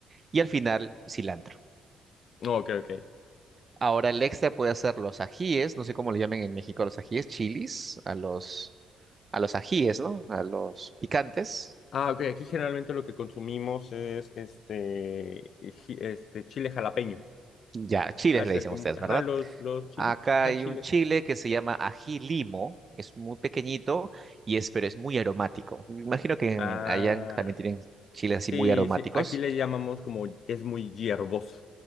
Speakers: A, on the right; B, on the left.
A: Y al final, cilantro.
B: No, Ok, ok.
A: Ahora el extra puede hacer los ajíes, no sé cómo le llaman en México a los ajíes, chilis, a los, a los ajíes, ¿no? A los picantes.
B: Ah, ok, aquí generalmente lo que consumimos es este, ji- este chile jalapeño.
A: Ya, chiles
B: A ser
A: le dicen
B: como,
A: ustedes,
B: ajá,
A: ¿verdad?
B: los, los chiles,
A: Acá
B: ajá,
A: hay
B: chile.
A: un chile que se llama ají limo, es muy pequeñito y es, pero es muy aromático. Me imagino que
B: Ah.
A: en- allá en- también tienen chiles así
B: Sí,
A: muy aromáticos.
B: sí, aquí le llamamos como es muy hierboso,